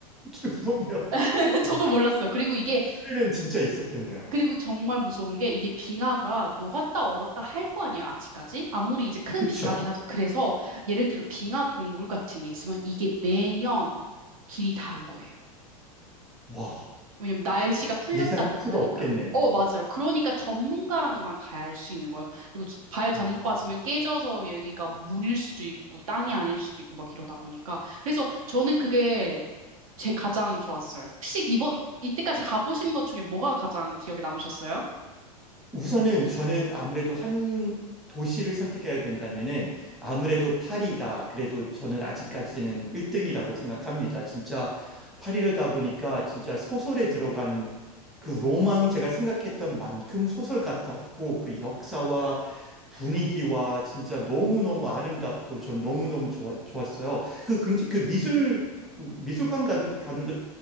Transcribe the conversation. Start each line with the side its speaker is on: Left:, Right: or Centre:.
Centre: 진짜 무섭네요. <laughs>
Right: <laughs> 저도
Centre: 어,
Right: 몰랐어요. 그리고 이게
Centre: 스릴은 진짜 있었겠네요.
Right: 그리고 정말 무서운 게 이게 빙하가 녹았다 얼었다 할 거 아니에요, 아직까지? 아무리 이제 큰
Centre: 그쵸?
Right: 빙하긴 하죠. 그래서 예를 들어 빙하 동굴 같은 게 있으면 이게 매년 길이 다른 거예요.
Centre: 와,
Right: 왜냐면 날씨가 풀렸다
Centre: 예상할
Right: 거기도
Centre: 수가
Right: 하니까.
Centre: 없겠네요.
Right: 어, 맞아요. 그러니까 전문가랑만 가야 할 수 있는 거예요. 그리고 지- 발
Centre: 아.
Right: 잘못 빠지면 깨져서 여기가 물일 수도 있고 땅이 아닐 수도 있고 막 이러다 보니까. 그래서 저는 그게 제 가장 좋았어요. 혹시 이번, 이때까지 가보신 것 중에 뭐가 가장 기억에 남으셨어요?
Centre: 우선은 저는 아무래도 한 도시를 선택해야 된다면은 아무래도 파리가 그래도 저는 아직까지는 1등이라고 생각합니다. 진짜 파리를 가보니까 진짜 소설에 들어간 그 로망 제가 생각했던 만큼 소설 같았고 그 역사와 분위기와 진짜 너무너무 아름답고 전 너무너무 좋아, 좋았어요. 그, 굉장히- 그 미술, 그 미술관 가는, 가는 것